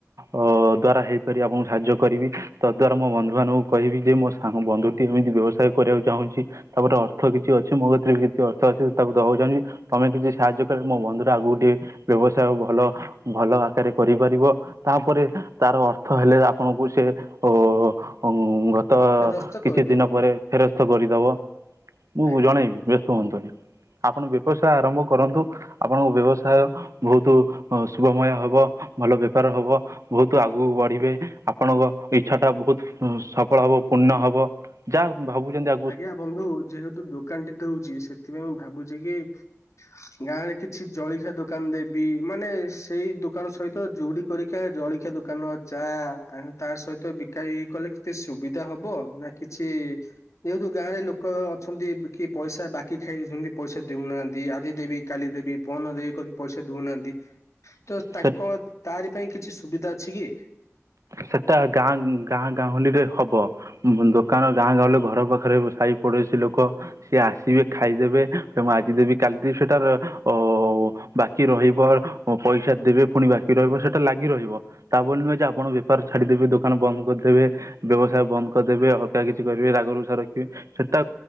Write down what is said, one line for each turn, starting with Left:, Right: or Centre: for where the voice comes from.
Right: ଅ ଦ୍ଵାରା ହେଇପାରିବ ଆପଣୁଙ୍କୁ ସାହାଯ୍ୟ କରିବି ତଦ୍ ଦ୍ୱାରା ମୋ ବନ୍ଧୁମାନଙ୍କୁ କହିବି ଯେ ମୋ ସାଙ୍ଗ ବନ୍ଧୁଟିଏ ଏମିତି ବ୍ୟବସାୟ କରିବାକୁ ଚାହୁଁଛି। ତାପରେ ଅର୍ଥ କିଛି ଅଛି ମୋ କତିରେ ବି କିଛି ଅର୍ଥ ଅଛି। ତାକୁ ଦବାକୁ ଚାହୁଁଚି ତମେ କିଛି ସାହାଯ୍ୟ କଲେ ମୋ ବନ୍ଧୁଟା ଆଗୁକୁ ଟିକେ ବ୍ୟବସାୟ ଭଲ ଭଲ ଆକାରରେ କରିପାରିବ। ତାପରେ ତାର ଅର୍ଥ ହେଲେ ଆପଣଙ୍କୁ ସେ ଓ ଓଁ ତ
Left: ଫେରସ୍ତ
Right: କିଛି
Left: କରିଦେବୁ
Right: ଦିନ ପରେ ଫେରସ୍ଥ କରିଦବ ମୁଁ
Left: ଆଜ୍ଞା।
Right: ଜଣେଇବି ବ୍ୟସ୍ତ ହୁଅନ୍ତୁନି। ଆପଣ ବେବସାୟ ଆରମ୍ଭ କରନ୍ତୁ ଆପଣଙ୍କ ବ୍ୟବସାୟ ଭୋଉତୁ ଅଁ ଶୁଭମୟ ହବ ଭଲ ବେପାର ହବ। ଭୋଉତୁ ଆଗୁକୁ ବଢିବେ ଆପଣଙ୍କ ଇଛାଟା ଭୋଉତ୍ ଉଁ ସପଳ ହବ ପୂର୍ଣ୍ଣ ହବ ଯା ହ ଭାବୁଛନ୍ତି ଆ
Left: ଆଜ୍ଞା ବନ୍ଧୁ ଯେହେତୁ ଦୋକାନ ଟି ଦଉଛି, ସେଥିପାଇଁ ମୁଁ ଭାବୁଛି କି ଗାଁ ରେ କିଛି ଜଳିଖିଆ ଦୋକାନ ଦେବି, ମାନେ ସେଇ ଦୋକାନ ସହିତ ଯୁଡି କରିକା ଜଳିଖିଆ ଦୋକାନ ଚା ତାହାଁ ତା ସହିତ ବିକା ବିକି କଲେ କେତେ ସୁବିଧା ହବ ନା କିଛି ଯେହେତୁ ଗାଁରେ ଲୋକ ଛନ୍ତି କିଏ ପଇସା ବାକି ଖାଇଯାଉଚନ୍ତି ପଇସା ଦେଉନାହାନ୍ତି। ଆଜି ଦେବି କାଲି ଦେବି ପଅନ ଦେବି କହିକି ପଇସା ଦଉନାହାନ୍ତି। ତ ତାଙ୍କ
Right: ସେ
Left: ତାରି ପାଇଁ କିଛି ସୁବିଧା ଅଛି କି?
Right: ସେଟା ଗାଁ ଗାଁ ଗାଉଁଲି ରେ ହବ। ଦୋକାନ ଗାଁ ଗହଲି ରେ ଘର ପାଖରେ ସାଇ ପୋଡଶୀ ଲୋକ ସିଏ ଆସିବେ ଖାଇଦେବେ, ତ ମୁଁ ଆଜି ଦେବି କାଲି ଦେବି ସେଟାର ଅ, ବା କି ରହିବ ଓ ପଇସା ଦେବେ ପୁଣି ବାକି ରହିବ ସେଟା ଲାଗି ରହିବ। ତା ବୋଲି ନୁହେଁ ଯେ ଆପଣ ବେ ପାର ଛାଡିଦେବେ, ଦୋକାନ ବନ୍ଦ କରିଦେବେ, ବ୍ୟବସାୟ ବନ୍ଦ କରିଦେବେ, ଅଲଗା କିଛି କରିବେ, ରାଗରୁଷା ରଖିବେ। ସେଟା